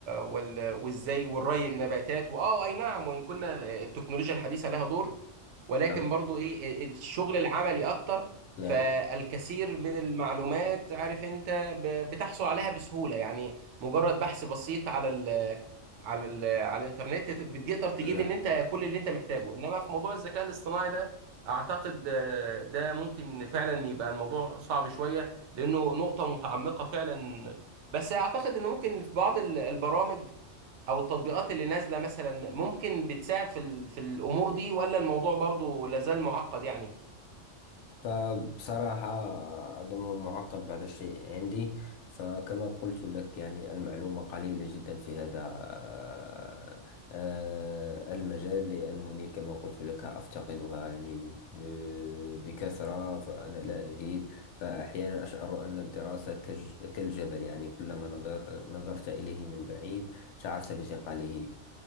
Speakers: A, on the right (about 75°); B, on the left (about 75°).
A: وال... وازاي والري النباتات واه اي نعم وان كنا التكنولوجيا الحديثة لها دور ولكن
B: نعم
A: برضو ايه الشغل العملي اكتر
B: نعم
A: فالكثير من المعلومات عارف انت ب... بتحصل عليها بسهولة يعني مجرد بحث بسيط على ال... على ال... على الانترنت بتقدر تجيب
B: نعم
A: ان انت كل اللي انت محتاجه انما في موضوع الذكاء الاصطناعي ده اعتقد آه، ده ممكن فعلا يبقى الموضوع صعب شوية لانه نقطه متعمقه فعلا بس اعتقد ان ممكن في بعض ال- البرامج او التطبيقات اللي نازله مثلا ممكن بتساعد في ال- في الامور دي ولا الموضوع برضو لازال معقد يعني
B: فبصراحة أظنه معقد بعض الشيء عندي فكما قلت لك يعني المعلومة قليلة جدا في هذا آه، آه، المجال لأنني كما قلت لك أفتقدها يعني ب- بكثرة فأنا لا أجيد فأحيانا أشعر أن الدراسة كالج- كالجبل يعني كلما نظر- نظرت إليه من بعيد شعرت بثقله